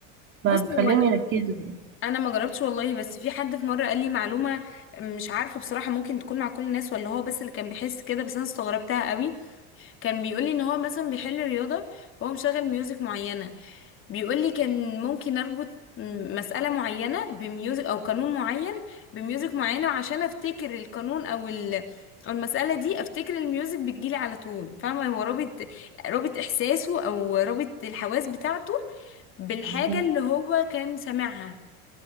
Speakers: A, on the right; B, on the left.
A: بقى
B: بصي
A: بتخليهم
B: هو انا
A: يركزوا
B: انا ما جربتش والله بس في حد في مره قال لي معلومه مش عارفه بصراحه ممكن تكون مع كل الناس ولا هو بس اللي كان بيحس كده بس انا استغربتها قوي كان بيقولي ان هو مثلا بيحل رياضة وهو مشغل ميوزك معينة بيقولي كان ممكن اربط م- مسألة معينة بميوزك او قانون معين بميوزك معينة عشان افتكر القانون او ال او المسألة دي افتكر الميوزك بتجيلي على طول فاهمة هو رابط رابط احساسه او رابط الحواس بتاعته بالحاجة
A: يعني
B: اللي هو كان سامعها